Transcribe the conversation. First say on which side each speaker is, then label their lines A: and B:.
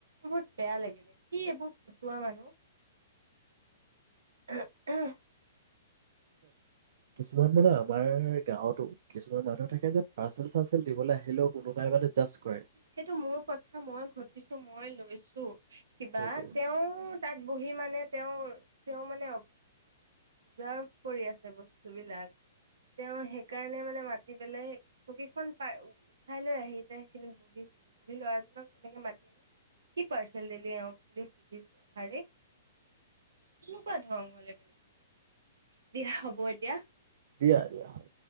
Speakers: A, on the right (about 80°); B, on the right (about 65°).
A: বহুত বেয়া লাগিলে কি এইবোৰ ফুটোৱা মানুহ
B: কিছুমান মানে আমাৰ গাঁৱতো কিছুমান মানুহে থাকে যে পাৰ্চেল চাৰ্চেল দিবলৈ আহিলেও কোনোবাই মানে জাষ্ট কৰে
A: সেইটো মোৰ কথা মই ঘটিছো মই লৈছো। কিবা
B: সেইটোৱে
A: তেওঁ তাত বহি মানে মানে তেওঁ তেওঁ মানে যাৰ কৰি আছে বস্তু বিলাক তেওঁ সেইকাৰণে মানে কাতি পেলাই চকীখন পাই উঠাই লৈ আহি সেইখিনিক বহিছেহি বহি লৰাজনক এনেকে মাতি আনি কি পাৰ্চেল দিলি এক বুলি সুধিছে শাৰী কেনেকুৱা ধং হল এইবিলাক দিয়া হ'ব এতিয়া।
B: দিয়া দিয়া হ'ব